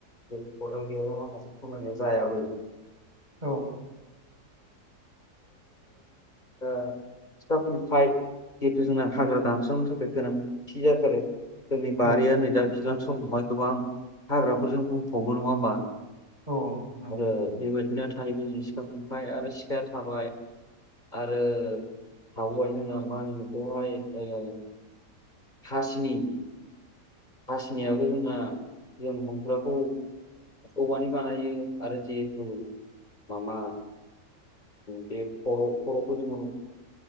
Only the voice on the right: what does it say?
औ
औ
औ